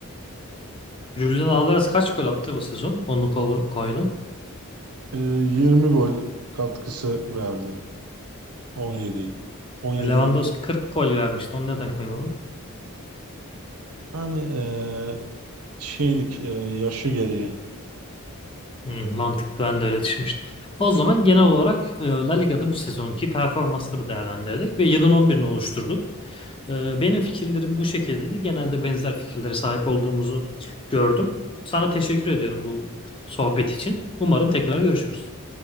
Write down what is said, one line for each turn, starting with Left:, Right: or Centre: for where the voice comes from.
Left: Julian Alvarez kaç gol attı bu sezon? Onu ko- koydun.
Right: Eee, 20 gol katkısı verdi. 17. 17.
Left: Lewandowski 40 gol vermişti. Onu neden koymadın?
Right: Yani eee, şeylik eee, yaşı gereği.
Left: Hmm, mantıklı ben de öyle düşünmüştüm. O zaman genel olarak e, La Liga'da bu sezonki performansları değerlendirdik ve yılın 11'ini oluşturduk. Ee, Benim fikirlerim bu şekildeydi. Genelde benzer fikirlere sahip olduğumuzu gördüm. Sana teşekkür ediyorum bu sohbet için. Umarım tekrar görüşürüz.